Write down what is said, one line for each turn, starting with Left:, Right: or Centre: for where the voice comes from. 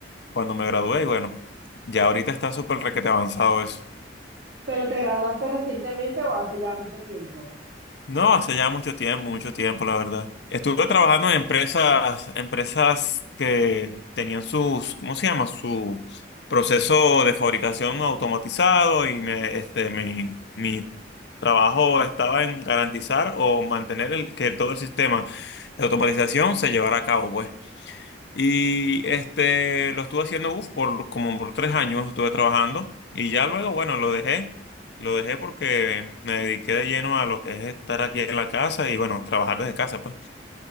Left: cuando me gradué y bueno, ya ahorita está súper requete avanzado eso.
Right: ¿Pero te graduaste recientemente o hace ya mucho tiempo?
Left: No, hace ya mucho tiempo, mucho tiempo, la verdad. Estuve trabajando en empresas, empresas que tenían sus, ¿cómo se llama? Su proceso de fabricación automatizado y me, este, mi, mi trabajo estaba en garantizar o mantener el, que todo el sistema de automatización se llevara a cabo, pues. Y este, lo estuve haciendo uf, por como por tres años, estuve trabajando y ya luego, bueno, lo dejé. Lo dejé porque me dediqué de lleno a lo que es estar aquí en la casa y bueno, trabajar desde casa, pues.